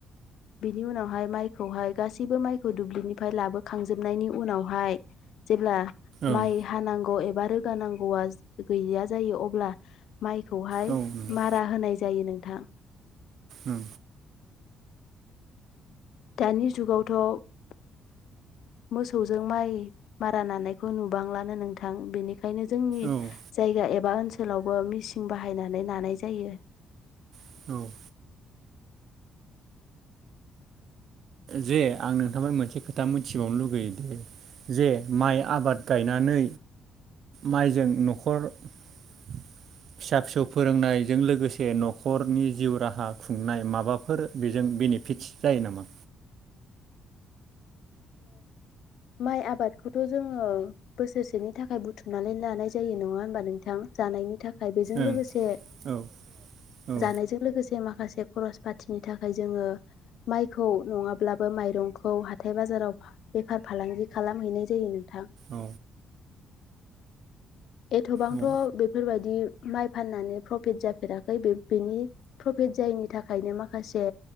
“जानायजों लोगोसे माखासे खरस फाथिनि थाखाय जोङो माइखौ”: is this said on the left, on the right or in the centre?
Left